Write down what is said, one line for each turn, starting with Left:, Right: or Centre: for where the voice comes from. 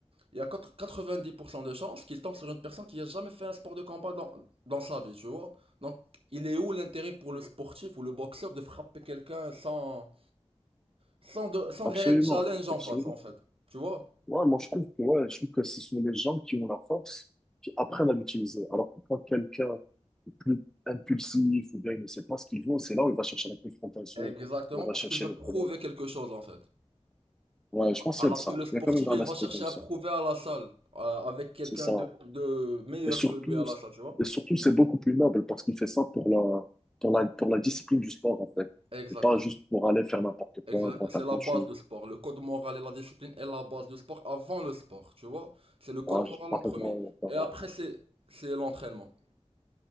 Right: il y a quatre- vingt dix pour cent de chances qu'il tombe sur une personne qui a jamais fait un sport de combat dans, dans sa vie, tu vois. Donc, il est où l'intérêt pour le sportif ou le boxeur de frapper quelqu'un sans, sans, de, sans
Centre: absolument,
Right: réel challenge en
Centre: absolument.
Right: face, en fait? Tu vois?
Centre: Ouais, moi je trouve que ouais, je trouve que ce sont les gens qui ont la force, qui apprennent à l'utiliser. Alors que quand quelqu'un est plus impulsif ou bien il ne sait pas ce qu'il veut, c'est là où il va chercher la confrontation,
Right: Exactement,
Centre: où il
Right: parce
Centre: va chercher
Right: qu'il veut
Centre: le
Right: prouver
Centre: problème.
Right: quelque chose, en fait.
Centre: Ouais, je pense
Right: Alors
Centre: qu'il y a de ça.
Right: que le sportif,
Centre: Il y a quand même un
Right: il va
Centre: aspect
Right: chercher
Centre: comme
Right: à
Centre: ça.
Right: prouver à la salle, euh, avec quelqu'un
Centre: C'est ça.
Right: de, de meilleur
Centre: Et surtout,
Right: que lui à la salle, tu vois?
Centre: et surtout, c'est beaucoup plus noble parce qu'il fait ça pour la, pour la, pour la discipline du sport, en fait.
Right: Exactement.
Centre: Et pas juste pour aller faire n'importe
Right: Exact,
Centre: quoi, à droite
Right: c'est
Centre: à gauche,
Right: la base
Centre: ou,
Right: du sport. Le code moral et la discipline est la base du sport avant le sport, tu vois. C'est le code
Centre: voilà, je
Right: moral
Centre: sais pas
Right: en premier
Centre: comment, par-
Right: et
Centre: bah,
Right: après c'est c'est l'entraînement.